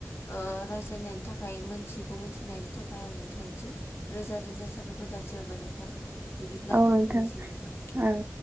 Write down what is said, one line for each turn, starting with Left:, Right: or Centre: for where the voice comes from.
Left: <unintelligible> ओ रायज्लायनायनि थाखाय मोनथिगौ मिथिनायनि थाखाय आं नोंथांसिम रोजा रोजा साबायखर जासि हरबाय नोंथां बिदिब्ला
Right: औ
Left: दोनथ'नोसै
Right: नोंथां
Left: नोंथां
Right: ओं